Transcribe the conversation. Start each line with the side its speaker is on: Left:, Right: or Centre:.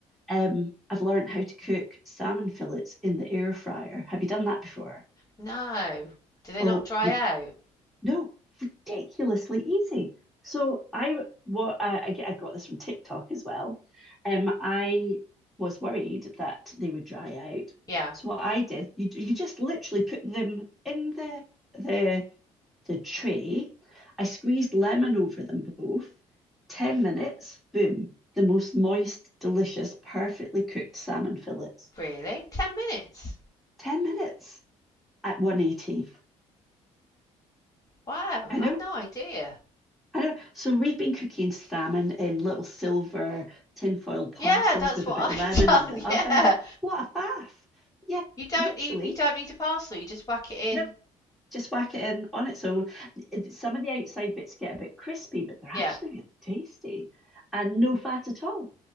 Centre: um, I've learned how to cook salmon fillets in the air fryer. Have you done that before?
Left: No. Do they
Centre: Oh,
Left: not dry
Centre: we,
Left: out?
Centre: no, ridiculously easy. So I what I, I got this from TikTok as well. Um, I was worried that they would dry out.
Left: Yeah.
Centre: So what I did, you you just literally put them in the the the tray. I squeezed lemon over them both. 10 minutes, boom, the most moist, delicious, perfectly cooked salmon fillets.
Left: Really? 10 minutes?
Centre: 10 minutes at 180.
Left: Wow,
Centre: I
Left: I'd
Centre: know,
Left: no idea.
Centre: I know. So we've been cooking salmon in little silver tinfoil parcels
Left: Yeah, that's
Centre: with
Left: what
Centre: a bit
Left: I've
Centre: of lemon
Left: done.
Centre: in the
Left: <laughs>
Centre: oven.
Left: Yeah.
Centre: What a faff! Yeah,
Left: You don't
Centre: literally.
Left: need you don't need a parcel. You just whack it in.
Centre: Nope, just whack it in on its own. It- Some of the outside bits get a bit crispy, but they're actually
Left: Yeah.
Centre: really tasty and no fat at all.